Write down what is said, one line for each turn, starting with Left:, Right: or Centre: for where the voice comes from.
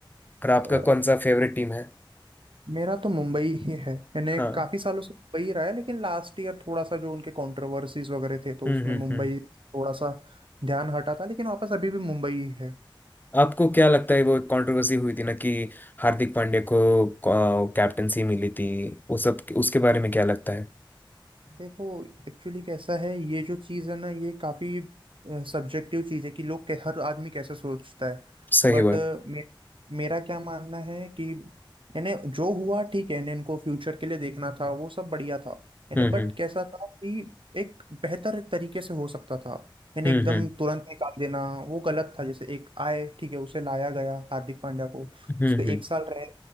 Left: और आपका
Right: अ,
Left: कौन सा फेवरेट टीम है
Right: मेरा तो मुंबई ही है यानी
Left: हाँ
Right: काफी सालों से मुंबई ही रहा है लेकिन लास्ट ईयर थोड़ा सा जो उनके कंट्रोवर्सीज वगैरह थे तो
Left: हम्म
Right: उसमें
Left: हम्म
Right: मुंबई
Left: हम्म।
Right: थोड़ा सा ध्यान हटा था लेकिन वापस अभी भी मुंबई ही है
Left: आपको क्या लगता है वो एक कंट्रोवर्सी हुई थी ना कि हार्दिक पांड्या को कैप्टनसी मिली थी वो सब उसके बारे में क्या लगता है
Right: देखो एक्चुअली कैसा है ये जो चीज़ है ना ये काफ़ी सब्जेक्टिव चीज़ है कि लोग कै- हर आदमी कैसे सोचता है
Left: सही
Right: बट
Left: बात
Right: मे, मेरा क्या मानना है कि यानी जो हुआ ठीक है यानी इनको फ्यूचर के लिए देखना था वो सब बढ़िया था यानी
Left: हम्म
Right: बट कैसा था कि एक बेहतर तरीके से हो सकता था यानी
Left: हम्म
Right: एकदम
Left: हम्म
Right: तुरंत निकाल देना वो गलत था जैसे एक आए ठीक है उसे लाया गया हार्दिक पांड्या को
Left: हम्म
Right: उस
Left: हम्म
Right: पर एक
Left: हम्म
Right: साल रह